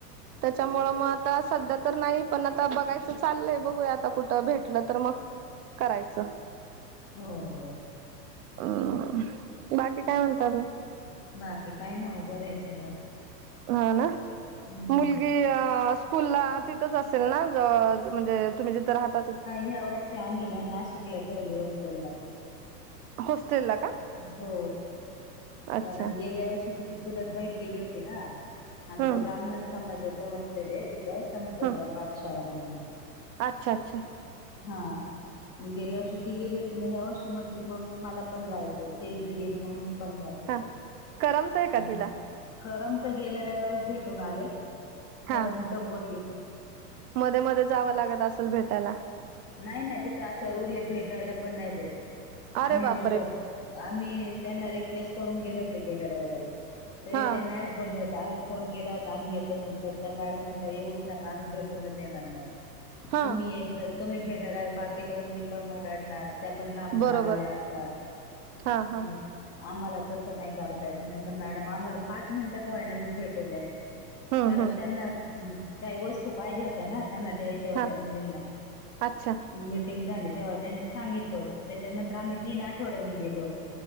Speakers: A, on the right; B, on the left.
A: त्याच्यामुळं मग आता सध्या तर नाही पण आता बघायचं चाललंय बघूया आता कुठं भेटलं तर मग करायचं
B: हो हो
A: अम्म बाकी काय म्हणता मग
B: बाकी काय नाही ओ बरं आहे सगळं
A: हा ना
B: हम्म.
A: मुलगी स्कूलला तिथंच असेल ना जवळ म्हणजे तुम्ही जिथं राहता तिथं
B: या वर्षी आम्ही ना नाशिकला ठेवलंय होस्टेलला
A: होस्टेलला का
B: हो
A: अच्छा
B: कारण गेल्या वर्षी तिची चुलत बहीण गेली होती ना आमचं
A: हम्म
B: ब्राह्मण समाजाचा तिथं संप्रदाय
A: हम्म
B: बादशाळा म्हणून <inaudible>
A: अच्छा अच्छा!
B: हा मग गेल्या वर्षी ती गेली होती मग ह्या वर्षी म्हटली मम्मी मला पण पण जायचं तेजु गेली मग मी पण जातो
A: हा करमतय का
B: म्हटली
A: तिला
B: करमत गेल्या रविवळीच भेटून आले
A: हा
B: करमत बोली
A: मध्ये मध्ये जावं लागत असेल भेटायला
B: नाही नाही तिथं असा रुल हाय भेटायला पण नाही देत
A: अरे
B: आम्ही
A: बापरे
B: उगच आम्ही त्यांना रिक्वेस्ट करून गेलो होतो गेल्या रविवारी तरी
A: हा
B: त्या नाहिच बोल्या होत्या आ फोन केला होता आम्ही येतो म्हणून त्या मॅडम म्हंटल्या येऊच नका आम्ही भेटूनच देणार नाही.
A: हा
B: तुम्ही एकदा तुम्ही भेटाला बाकीच्या मुली पण मग रडणार त्या पण लांबून
A: बरोबर
B: आलेल्या असतात.
A: हा हा
B: मग आम्हाला तसं नाही करतायेत म्हंटलं मॅडम आम्हाला पाच मिनिट का होईना पण भेटू द्या.
A: हम्म
B: कारण
A: हम्म
B: त्यांना काही वस्तू पाहिजे होत्या ना त्यांना द्यायची. तेव्हा
A: हा
B: त्या मुलींना
A: अच्छा
B: मिीटिंग झाली तेव्हा त्यांनी सांगितलं होत. त्याच्यानंतर आम्ही तीन आठवड्यानी गेलो होतो